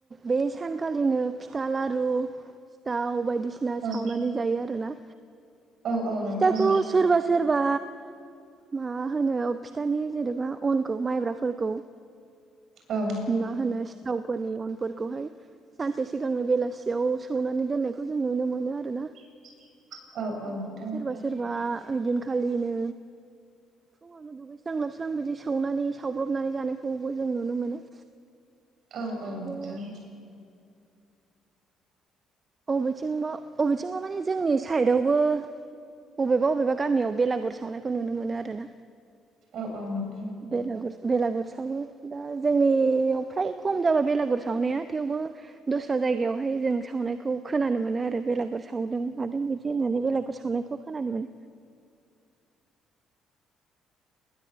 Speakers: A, on the right; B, on the right.
A: बे सानखालिनो फिथा लारु सिथाव बायदि बायदिसिना
B: औ
A: सावनानै जायो आरो ना
B: औ औ नोंथां
A: फिथाखौ सोरबा सोरबा मा होनो फिथानि जेनेबा अनखौ माइब्राफोरखौ
B: औ
A: मा‌ होनो थावफोरनि अनफोरखौहाय सानसे सिगांनो बेलासियाव सौनानै दोननायखौ जों नुनो मोनो आरो ना
B: <inaudible>
A: ओमफ्राय
B: औ नोंथां
A: सोरबा सोरबा ओइदिनखालिनो फुङावनो दुगैस्रां लाोबस्रां बिदि सौनानै सावब्रबनानै जानायखौबो जों नुनो मोनो।
B: औ औ
A: आरो
B: नोंथां
A: बबेथिंबा बबेथिंबा मानि जोंनि साइदआवबो बबेबा बबेबा गामियाव बेलागुर सावनायखौ नुनो मोनो आरो ना
B: औ औ नोंगौ
A: बेलागुर बेलागुर सावो दा जोंनियाव फ्राय खम जाबाय बेलागुर सावनाया थेवबो दस्रा जायगायावहाय जों सावनाय खौ खोनानो मोनो आरो बेलागुर सावदों मादों बिदि होननानै बेलागुर सावनायखौ खोनादोंमोन